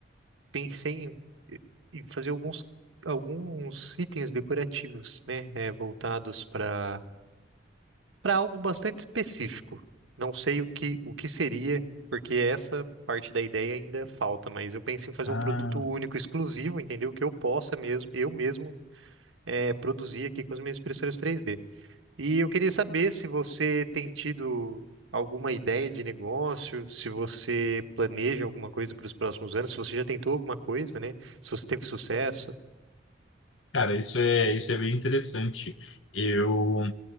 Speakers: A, on the right; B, on the left.
A: pensei em, em fazer alguns alguns itens decorativos, né, eh, voltados para para algo bastante específico. Não sei o que, o que seria, porque essa parte da ideia ainda falta, mas eu penso em fazer
B: Ah,
A: um produto único, exclusivo, entendeu? Que eu possa mesmo, eu mesmo, eh, produzir aqui com as minhas impressoras 3D. E eu queria saber se você tem tido alguma ideia de negócio, se você planeja alguma coisa para os próximos anos, se você já tentou alguma coisa, né? Se você teve sucesso.
B: cara, isso é, isso é bem interessante. Eu